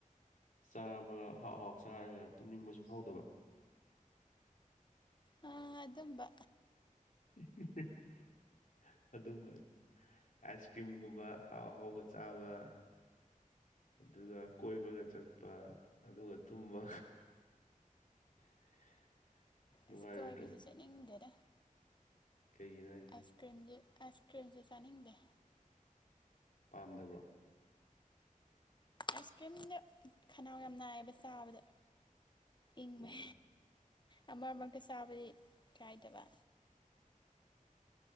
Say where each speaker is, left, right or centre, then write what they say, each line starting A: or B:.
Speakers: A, on the left; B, on the left.
A: ꯆꯥꯕ ꯑꯍꯥꯎ ꯑꯍꯥꯎ ꯆꯥꯔꯒ ꯇꯨꯝꯅꯤꯡꯕꯁꯨ ꯐꯥꯎꯗꯕ
B: ꯑꯥ ꯑꯗꯨꯝꯕ
A: <unintelligible> ꯑꯗꯨꯝꯕ ꯑꯥꯏꯁ ꯀ꯭ꯔꯤꯝꯒꯨꯝꯕ ꯑꯍꯥꯎ ꯑꯍꯥꯎꯕ ꯆꯥꯕ ꯑꯗꯨꯒ ꯀꯣꯏꯕꯒ ꯆꯠꯄ ꯑꯗꯨꯒ ꯇꯨꯝꯕ <inaudible> ꯅꯨꯡꯉꯥꯏꯔꯣꯏꯗ꯭ꯔꯣ
B: ꯑꯁ ꯀꯣꯏꯕꯁꯨ ꯆꯠꯅꯤꯡꯗꯦꯗ
A: ꯀꯩꯒꯤꯅꯣ ꯍꯥꯏꯖꯦ
B: ꯑꯥꯏꯁ ꯀ꯭ꯔꯤꯝꯁꯦ ꯑꯥꯏꯁ ꯀ꯭ꯔꯤꯝꯁꯦ ꯆꯥꯅꯤꯡꯗꯦ
A: ꯄꯥꯝꯗꯕ꯭ꯔꯣ
B: ꯑꯥꯏꯁ ꯀ꯭ꯔꯤꯝꯗꯤ ꯈꯅꯥꯎ ꯌꯥꯝ ꯅꯥꯏꯌꯦꯕ ꯆꯥꯕꯗ ꯏꯪꯕ
A: ꯑꯣ
B: ꯑꯃ ꯃꯔꯛꯇ ꯆꯥꯕꯗꯤ ꯀꯥꯏꯗꯕ